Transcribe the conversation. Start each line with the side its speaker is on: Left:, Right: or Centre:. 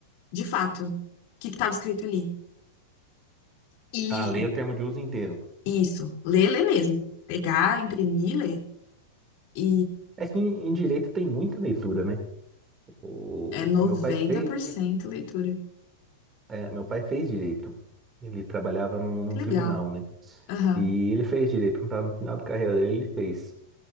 Left: de fato o que estava escrito ali. E
Right: a ler o termo de uso inteiro.
Left: isso, ler, ler mesmo. Pegar, imprimir, ler. E
Right: É que em, em direito tem muita leitura, né? O,
Left: é noventa
Right: o meu pai fez,
Left: por cento leitura.
Right: é, meu pai fez direito. Ele trabalhava num, num
Left: Que
Right: tribunal,
Left: legal.
Right: né?
Left: Aham.
Right: E ele fez direito, quando tava no final da carreira dele, ele fez.